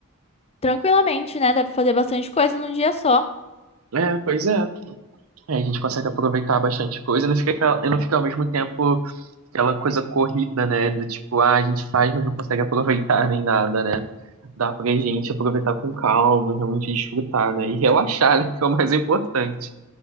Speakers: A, on the left; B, on the right.
A: Tranquilamente, né? Dá pra fazer bastante coisa num dia só.
B: É, pois é. Aí a gente consegue aproveitar bastante coisa, não fica aquela, e não fica ao mesmo tempo aquela coisa corrida, né? Do tipo, ah, a gente faz, mas não consegue aproveitar nem nada, né? Dá pra gente aproveitar com calma, realmente desfrutar, né? E relaxar, né? <laughs> Que é o mais importante.